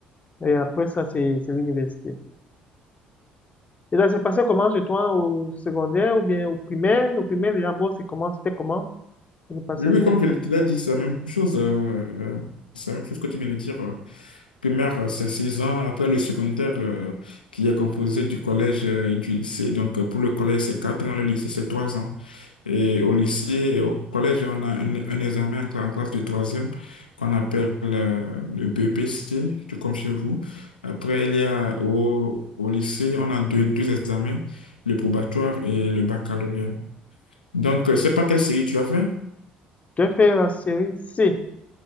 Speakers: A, on the left (about 30°); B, on the left (about 85°).
A: Et après ça, c'est c'est l'université. Et là, c'est passé comment chez toi, au secondaire ou bien au primaire? Au primaire, déjà, bon, c'est comment, c'était comment? Ça se passait
B: Oui, oui,
A: bien.
B: comme je te l'ai dit, c'est la même chose. euh, euh, c'est la même chose que tu viens de dire. euh. primaire, euh, c'est six ans. Après le secondaire, euh, qui est composé du collège euh, et du lycée. Donc, euh, pour le collège, c'est quatre ans, le lycée, c'est trois ans. Et au lycée et au collège, on a un, un examen en, cla- en classe de troisième qu'on appelle euh, le BPC, tout comme chez vous. Après, il y a au, au lycée, on a deux, deux examens, le probatoire et le baccalauréat. Donc, euh, je sais pas quelle série tu as fait.
A: Tu as fait la série C.